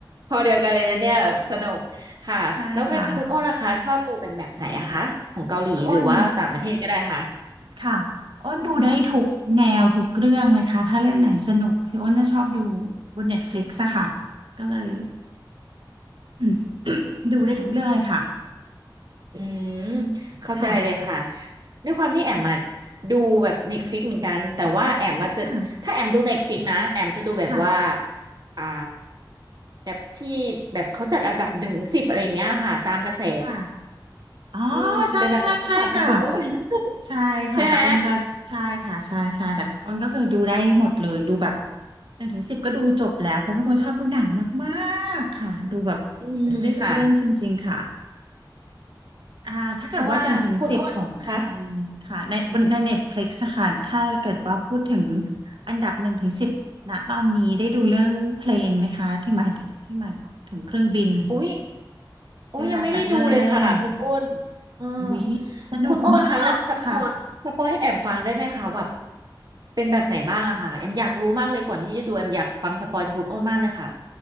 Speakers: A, on the right; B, on the right.
A: พอเดียวกันเลยนะเนี่ยแบบสนุกค่ะแล้วไปคุณโอ้ล่ะคะชอบดูเป็นแบบไหนอะคะของเกาหลีหรือว่าต่างประเทศก็ได้ค่ะ
B: ใช่ค่ะคืออ้นค่ะอ้นดูได้ทุกแนวทุกเรื่องเลยค่ะถ้าเรื่องไหนสนุกคืออ้นจะชอบดูบน Netflix อะค่ะก็เลยอืมดูได้ทุกเรื่องเลยค่ะ
A: อืมอืมเข้าใจเลยค่ะ
B: ค่ะ
A: ด้วยความที่แอมมาดูแบบเน็ตฟิกเหมือนกันแต่ว่าแอมมาจะถ้าแอมดูเน็ตฟิกนะแอมจะดูแบบว่า
B: อ่าค่ะ
A: อ่าแบบที่แบบเขาจัดอันดับหนึ่งสิบอะไรอย่างเงี้ยค่ะตามกระแส
B: ค่ะอ๋อ
A: อืมเป็นแบบนั้นมากกว่าค่ะคุณโอ้
B: ใช่ใช่ใช่ค่ะ ใช่ค่ะแต่อ้นก็ใช่ค่ะใช่ใช่แต่อ้นก็คือดูได้หมดเลยดูแบบ
A: <laughs> ใช่ไหม
B: หนึ่งถึงสิบก็ดูจบแล้วเพราะเป็นคนชอบดูหนังมากๆค่ะดูแบบ
A: อืมค่ะ
B: ดูได้ทุกเรื่องจริงๆค่ะอ่าถ้าเกิดว่าหนึ่งถึงสิบของไทยค่ะในบนในเน็ตฟลิกซ์ค่ะถ้าเกิดว่าพูดถึง
A: เพราะว่าคุณอ้นคะ
B: อันดับหนึ่งถึงสิบณตอนนี้ได้ดูเรื่องเพลนไหมคะที่หมายถึงที่หมายถึงเครื่องบิน
A: อุ้ยอุ้ยยังไม่ได้ดูเลยค่ะคุณอ้น
B: เจอราร์ดบัตเลอร์เล่น
A: เออ
B: วิสนุกมากค่ะ
A: คุณอ้นคะแล้วสปอยสปอยให้แอมฟังได้ไหมคะแบบเป็นแบบไหนบ้างอะค่ะแอมอยากรู้มากเลยก่อนที่จะดูแอมอยากฟังสปอยจากคุณอ้นมากเลยค่ะ